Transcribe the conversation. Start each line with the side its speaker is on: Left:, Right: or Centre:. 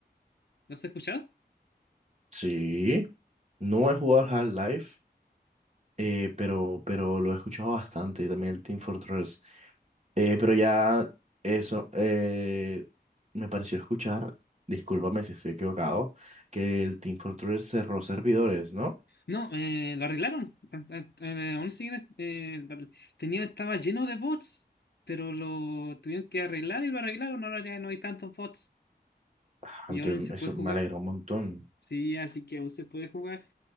Left: ¿Lo has escuchado?
Right: Sí, no he jugado al Half-Life, eh, pero, pero lo he escuchado bastante. Y también el Team Fortress Eh, pero ya eso, eh, me pareció escuchar, discúlpame si estoy equivocado, que el Team Fortress cerró servidores, ¿no?
Left: No, eh, lo arreglaron. A- a- eh, aún siguen, eh, tenía, estaba lleno de bots, pero lo tuvieron que arreglar y lo arreglaron. Ahora ya no hay tantos bots
Right: Ah,
Left: y
Right: Entonces,
Left: aún se puede
Right: eso
Left: jugar.
Right: me alegra un montón.
Left: Sí, así que aún se puede jugar.